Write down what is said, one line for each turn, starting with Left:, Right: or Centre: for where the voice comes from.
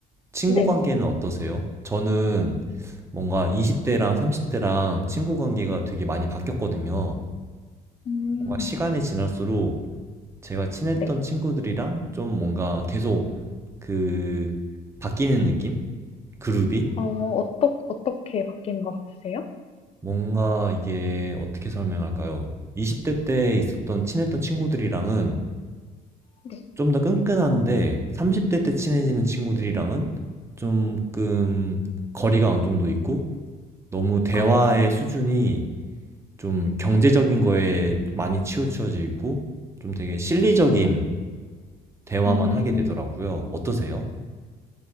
Right: 친구
Left: 네.
Right: 관계는 어떠세요? 저는 뭔가 20대랑 30대랑 친구 관계가 되게 많이 바뀌었거든요.
Left: 음,
Right: 뭔가 시간이 지날수록 제가 친했던
Left: 네.
Right: 친구들이랑 좀 뭔가 계속 그 바뀌는 느낌? 그룹이?
Left: 어, 어떠, 어떻게 바뀌는 것 같으세요?
Right: 뭔가 이게 어떻게 설명할까요? 20대 때 있었던 친했던 친구들이랑은
Left: 네.
Right: 좀 더 끈끈한데 30대 때 친해지는 친구들이랑은 조금 거리가 어느 정도 있고 너무 대화의
Left: 어,
Right: 수준이 좀 경제적인 거에 많이 치우쳐지고 좀 되게 실리적인
Left: 어,
Right: 대화만
Left: 음,
Right: 하게 되더라고요. 어떠세요?